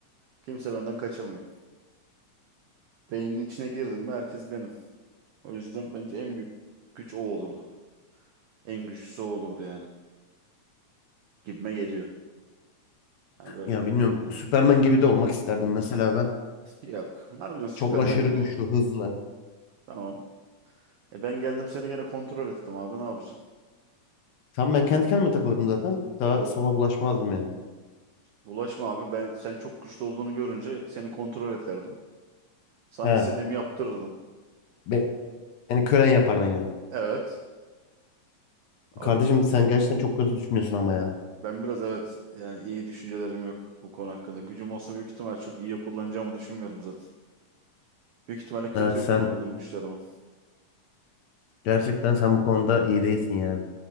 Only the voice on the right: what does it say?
Kimse benden kaçamıyor. Beynin içine girdim mi herkes benim. O yüzden bence en büyük güç o olurdu. En güçlüsü o olurdu yani. Gibime geliyor. Yani böyle
yok. Ne yapacaksın
Süpermen
gibi
ol.
Tamam. E ben geldim seni gene kontrol ettim abi ne yapacaksın?
Yok.
Bulaşma abi ben sen çok güçlü olduğunu görünce seni kontrol ederdim. Sana
istediğimi yaptırırdım.
Evet. Abi
Ben biraz evet yani iyi düşüncelerim yok bu konu hakkında. Gücüm olsa büyük ihtimal çok iyiye kullanacağımı düşünmüyorum zaten. Büyük ihtimalle kötüye
kullanırdım güçlerimi.